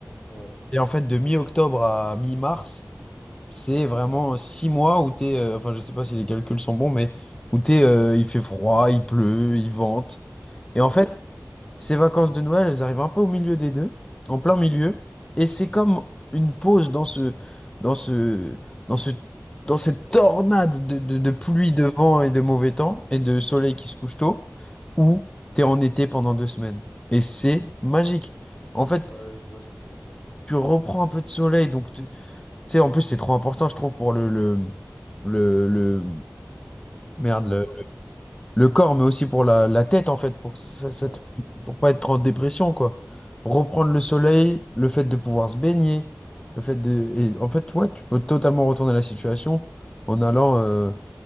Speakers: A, on the left; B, on the left.
A: Ouais.
B: Et en fait, de mi-octobre à mi-mars, c'est vraiment six mois où t'es, euh, enfin, je sais pas si les calculs sont bons, mais où t'es, euh, il fait froid, il pleut, il vente. Et en
A: Hmm.
B: fait, ces vacances de Noël, elles arrivent un peu au milieu des deux, en plein milieu, et c'est comme une pause dans ce, dans ce, dans ce, dans cette tornade de, de, de pluie, de vent et de mauvais temps, et de soleil qui se couche tôt, où t'es en été pendant deux semaines. Et c'est magique. En fait,
A: Ouais, je vois ce que tu veux dire.
B: tu reprends un peu de soleil, donc tu tu sais, en plus c'est trop important, je trouve, pour le, le, le, le- merde,
A: Le corps.
B: le corps, mais aussi pour la, la tête, en fait, pour que ça, ça
A: Ouais.
B: te- pour pas être en dépression, quoi. Reprendre le soleil, le fait de pouvoir se baigner, le fait de... Et en fait, ouais, tu peux totalement retourner la situation en allant euh,